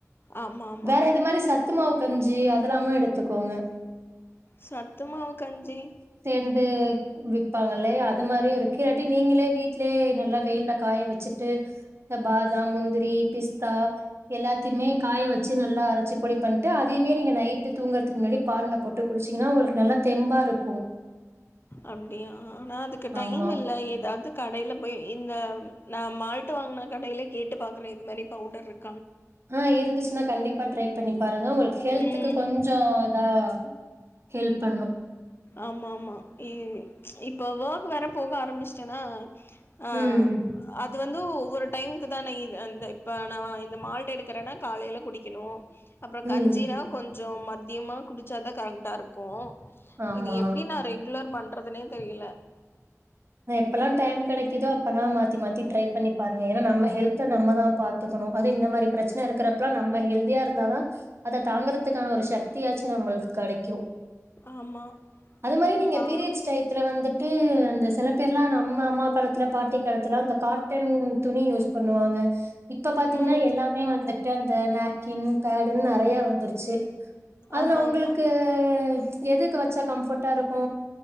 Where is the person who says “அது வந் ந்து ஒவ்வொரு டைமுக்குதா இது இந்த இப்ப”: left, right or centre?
Left